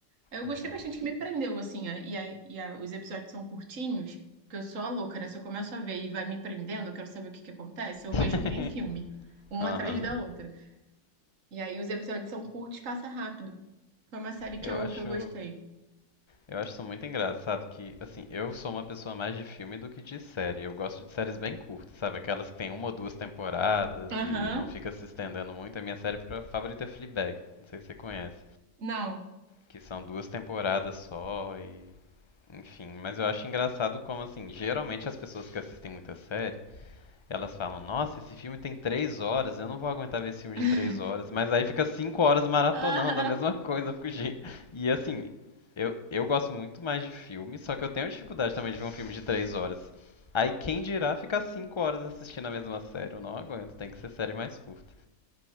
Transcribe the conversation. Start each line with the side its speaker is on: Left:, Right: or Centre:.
Right: Eu
Left: Uhum.
Right: gostei bastante que me prendeu, assim, a- e, a- e a- os episódios são curtinhos, porque eu sou a louca, né? Se eu começo a ver e vai me prendendo, eu quero saber o que que acontece, eu
Left: <laughs>
Right: vejo que nem filme, uma
Left: Aham.
Right: atrás da outra. E aí os episódios são curtos, passa rápido. Foi uma série que
Left: Eu
Right: eu,
Left: acho.
Right: que eu gostei.
Left: Eu acho isso muito engraçado que, assim, eu sou uma pessoa mais de filme do que de série. Eu gosto de séries bem curtas, sabe? Aquelas que tem uma ou duas temporadas
Right: Aham,
Left: e não fica se estendendo muito. A minha série pra- favorita é Fleabag. Não sei se você conhece.
Right: não.
Left: Que são duas temporadas só e. Enfim, mas eu acho engraçado como, assim, geralmente as pessoas que assistem muita série. Elas falam, nossa, esse filme tem três horas, eu não vou aguentar ver esse filme
Right: <laughs>
Left: de três horas. Mas aí fica cinco horas maratonando
Right: Aham,
Left: a mesma <laughs> coisa. eu fico, "Gente." E assim, eu, eu gosto muito mais de filme, só que eu tenho dificuldade também de ver um filme de três horas. Aí quem dirá ficar cinco horas assistindo a mesma série? Eu não aguento, tem que ser série mais curta.